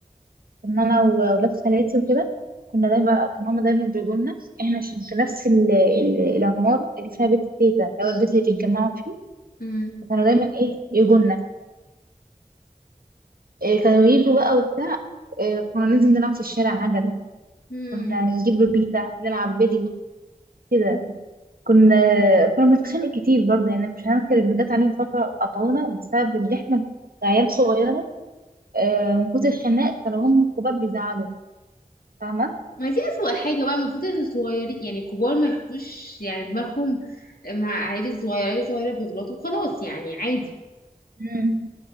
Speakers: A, on the right (about 80°); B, on the left (about 80°).
A: لما انا واولاد خالاتي وكده كنا دايما كان هما دايما بيقولوا لنا احنا عشان في نفس ال- ال- العمارة اللي فيها بيت تيتا اللي هو البيت اللي بيتجمعوا فيه
B: امم
A: فكانوا دايما ايه يجوا لنا إيه كانوا يجوا بقى وبتاع إيه كنا ننزل نلعب في الشارع عجل
B: امم
A: كنا نجيب بيتا نلعب بدي كده كنا كنا بنتخانق كتير برضه يعني مش هنذكر ان جت علينا فترة قطعونا بسبب ان احنا عيال صغيرة آه، من كتر الخناق كانوا هم الكبار بيزعلوا فاهمة؟
B: ما دي أسوأ حاجة بقى المفروض إن الصغيرين يعني الكبار ما يحطوش يعني دماغهم مع العيال الصغيرة العيال الصغيرة بيغلطوا وخلاص يعني عادي
A: مم.